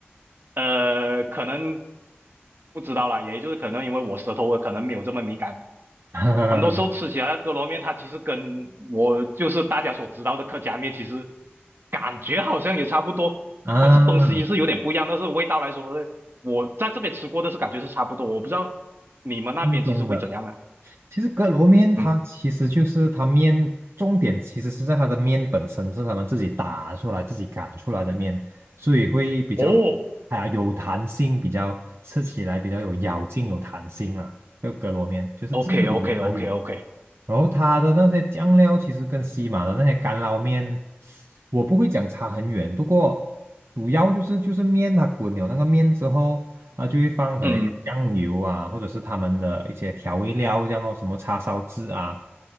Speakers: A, on the right; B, on the right.
A: 呃，可能不知道啦，也就是可能因为我舌头可能没有这么敏感，
B: <laughs>
A: 很多时候吃起来的哥罗面，它其实跟我就是大家所知道的客家面，其实感觉好像也差不多，
B: 啊，
A: 它是东西是有点不一样，但是味道来说，我在这边吃过的是感觉是差不多，我不知道你们那边其实会怎样啦。
B: 正宗的。其实哥罗面它其实就是它面，
A: 嗯，
B: 重点其实是在它的面本身是他们自己打出来、自己擀出来的面，所以会比较
A: 哦
B: 啊、有弹性，比较吃起来比较有咬劲、有弹性啦。这个哥罗面就是这里才有。
A: ，OK OK OK OK，
B: 然后它的那些酱料其实跟西马的那些干捞面，我不会讲差很远，不过主要就是就是面它滚了那个面之后，它就会放可能嗯酱油啊，
A: 嗯
B: 或者是他们的一些调味料这样咯，什么叉烧汁啊，